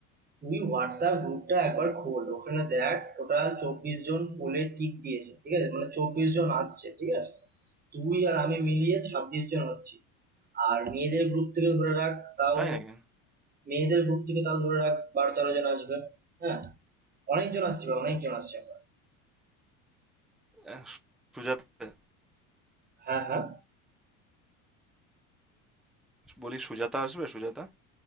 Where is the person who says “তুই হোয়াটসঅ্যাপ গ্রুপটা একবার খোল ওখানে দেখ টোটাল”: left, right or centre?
Right